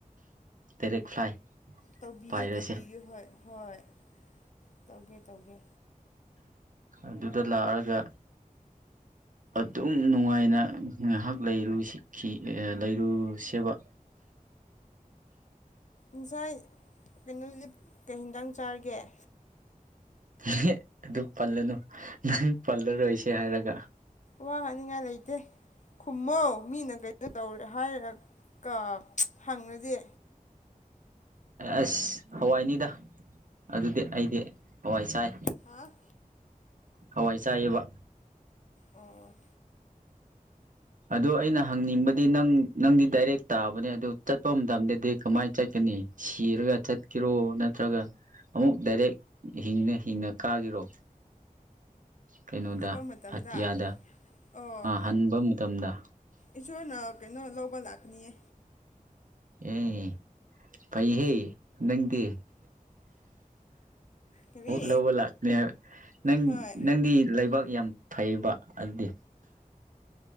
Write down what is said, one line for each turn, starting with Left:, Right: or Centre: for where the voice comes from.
Right: ꯗꯥꯏꯔꯦꯛ ꯐ꯭ꯂꯥꯏ
Left: ꯇꯧꯕꯤꯒꯦ
Right: ꯄꯥꯏꯔꯁꯦ
Left: ꯇꯧꯕꯤꯒꯦ ꯍꯣꯏ ꯍꯣꯏ ꯇꯧꯒꯦ ꯇꯧꯒꯦ
Right: ꯑꯗꯨꯗ ꯂꯥꯛꯑꯒ ꯑꯗꯨꯝ ꯅꯨꯡꯉꯥꯏꯅ ꯉꯥꯏꯍꯥꯛ ꯂꯩꯔꯨ ꯁꯤꯈꯤ ꯂꯩꯔꯨ ꯁꯦꯝꯕ
Left: ꯉꯁꯥꯏ ꯀꯩꯅꯣ ꯂꯤꯞ ꯀꯩ ꯍꯦꯟꯗꯥꯡ ꯆꯥꯔꯒꯦ <unintelligible>
Right: ꯅ ꯑꯗꯨ ꯄꯜꯂꯅꯨ ꯅꯪ ꯄꯜꯂꯔꯣꯏꯁꯦ ꯍꯥꯏꯔꯒ
Left: ꯋꯥ ꯍꯥꯏꯅꯤꯡꯉꯥꯏ ꯂꯩꯇꯦ ꯈꯨꯝꯃꯣ ꯃꯤꯅ ꯀꯩ ꯇꯧꯔꯦ ꯍꯥꯏꯔꯒ ꯍꯪꯉꯁꯦ
Right: ꯑꯁ ꯍꯋꯥꯏꯅꯤꯗ ꯑꯗꯨꯗꯤ ꯑꯩꯗꯤ ꯍꯋꯥꯏ ꯆꯥꯏ
Left: ꯍꯥꯥ
Right: ꯍꯋꯥꯏ ꯆꯥꯏꯑꯕ
Left: ꯑꯣ
Right: ꯑꯗꯣ ꯑꯩꯅ ꯍꯪꯅꯤꯡꯕ ꯗꯤ ꯅꯪ ꯅꯪꯗꯤ ꯗꯥꯏꯔꯦꯛ ꯇꯥꯕꯅꯦ ꯑꯗꯨ ꯆꯠꯄ ꯃꯇꯝꯗꯗꯤ ꯀꯃꯥꯏꯅ ꯆꯠꯀꯅꯤ ꯁꯤꯔꯒ ꯆꯠ ꯆꯠ ꯀꯔꯣ ꯅꯠꯇ꯭ꯔꯒ ꯑꯃꯨꯛ ꯗꯥꯏꯔꯦꯛ ꯍꯤꯡꯅ ꯍꯤꯡꯅ ꯀꯥꯈꯤꯔꯣ ꯀꯩꯅꯣꯗ
Left: ꯆꯠꯄ ꯃꯇꯝꯗ
Right: ꯑꯇꯤꯌꯥꯗ
Left: ꯑꯣ
Right: ꯍꯟꯕ ꯃꯇꯝꯗ
Left: ꯏꯁꯣꯔꯅ ꯀꯩꯅꯣ ꯂꯧꯕ ꯂꯥꯛꯅꯤꯌꯦ
Right: ꯑꯦ ꯐꯩꯍꯦ ꯅꯪꯗꯤ
Left: ꯀꯔꯤ
Right: ꯂꯧꯕ ꯂꯥꯛꯀꯅꯦ ꯍꯥꯏꯕ ꯅꯪ
Left: ꯍꯣꯏ
Right: ꯅꯪꯗꯤ ꯂꯩꯕꯥꯛ ꯌꯥꯝ ꯐꯩꯕ ꯑꯗꯨꯗꯤ